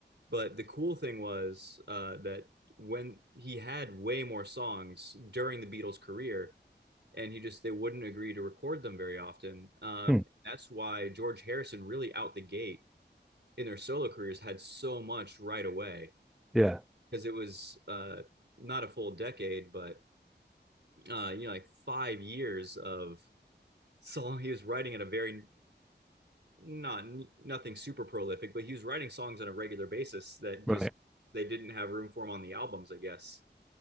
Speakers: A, on the right (about 70°); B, in the centre.
A: But the cool thing was uh, that when he had way more songs during the Beatles' career, and he just they wouldn't agree to record them very often. Um,
B: Hmm.
A: that's why George Harrison really out the gate in their solo careers had so much right away
B: Yeah,
A: because it was uh, not a full decade, but uh, you know like five years of song he was writing at a very not nothing super prolific, but he was writing songs on a regular basis that just
B: Right. right.
A: they didn't have room for him on the albums, I guess.